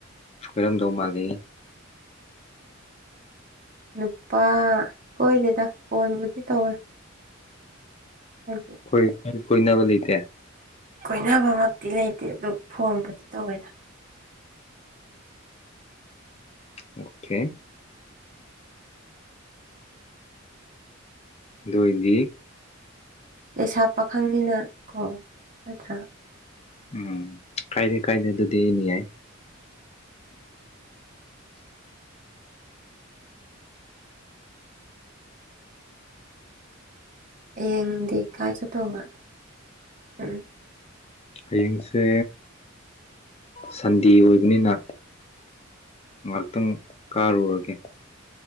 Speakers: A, on the left; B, on the right.
A: ꯀꯣꯏꯔꯝꯗꯧ ꯃꯥꯜꯂꯤ
B: ꯅꯨꯄꯥ ꯀꯣꯏꯗꯦꯗ ꯐꯣꯟꯕꯨꯗꯤ ꯇꯧꯋꯦ ꯍꯥꯏꯗꯤ
A: ꯑꯩꯣꯏ ꯀꯣꯏꯅꯕ ꯂꯩꯇꯦ
B: ꯀꯣꯏꯅꯕꯃꯛꯇꯤ ꯂꯩꯇꯦ ꯑꯗꯨ ꯐꯣꯟꯕꯨꯗꯤ ꯇꯧꯋꯦꯅ
A: ꯑꯣꯀꯦ ꯗꯨ ꯑꯣꯏꯗꯤ
B: ꯂꯩꯩꯁꯥ ꯄꯥꯈꯪꯅꯤꯅ ꯀꯣ ꯅꯠꯇ꯭ꯔꯥ
A: ꯎꯝ ꯀꯥꯏꯗꯦ ꯀꯥꯏꯗꯦ ꯑꯗꯨꯗꯤ ꯑꯩꯅ ꯌꯥꯏ
B: ꯍꯌꯦꯡꯗꯤ ꯀꯥꯏ ꯆꯠꯇꯧꯉꯥ ꯎꯝ
A: ꯍꯌꯦꯡꯁꯦ ꯁꯟꯗꯦ ꯑꯣꯏꯕꯅꯤꯅ ꯉꯥꯛꯇꯪ ꯀꯥꯔꯨꯔꯒꯦ